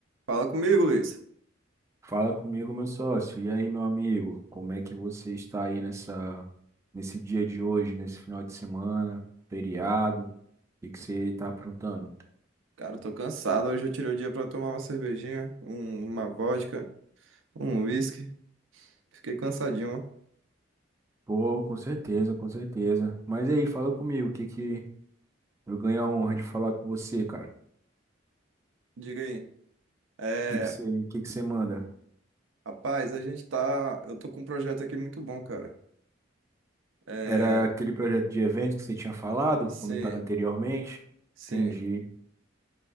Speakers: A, on the right; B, on the right.
A: Fala comigo, Luiz.
B: Fala comigo, meu sócio. E aí, meu amigo? Como é que você está aí nessa nesse dia de hoje, nesse final de semana, feriado? O que que você está aprontando?
A: Cara, eu tô cansado. Hoje eu tirei o dia pra tomar uma cervejinha, um- uma vodka, um whisky. Fiquei cansadinho, ó.
B: Pô, com certeza, com certeza. Mas e aí, fala comigo, o que que eu ganho a honra de falar com você, cara?
A: Diga aí. É,
B: O que que você, o que que você manda?
A: rapaz, a gente tá. Eu tô com um projeto aqui muito bom, cara. É,
B: Era aquele projeto de evento que você tinha falado,
A: sim,
B: comentado anteriormente?
A: sim.
B: Entendi.